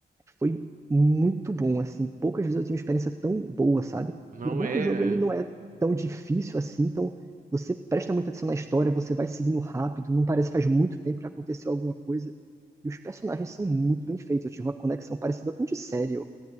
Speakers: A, on the right; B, on the right.
A: foi muito bom, assim, poucas vezes eu tive uma experiência tão boa, sabe?
B: não
A: E é bom
B: é.
A: que o jogo ele não
B: é.
A: é tão difícil assim, então você presta muita atenção na história, você vai seguindo rápido, não parece que faz muito tempo que aconteceu alguma coisa. E os personagens são muito bem feitos. Eu tive uma conexão parecida com de série